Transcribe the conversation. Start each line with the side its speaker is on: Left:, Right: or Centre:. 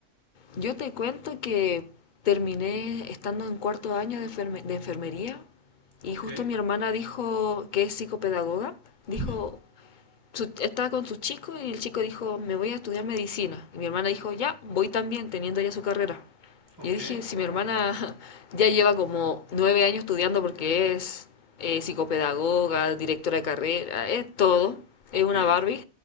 Left: yo te cuento que terminé estando en cuarto año de, enferme- de enfermería y
Right: Ok.
Left: justo mi hermana dijo que es psicopedagoga, dijo,
Right: ujú,
Left: su- estaba con su chico y el chico dijo, me voy a estudiar medicina. Y mi hermana dijo, ya, voy también, teniendo ya su carrera.
Right: Ok.
Left: Y yo dije, si mi hermana <laughs> ya lleva como nueve años estudiando porque es eh, psicopedagoga, directora de carrera, es todo,
Right: Ok,
Left: es una Barbie,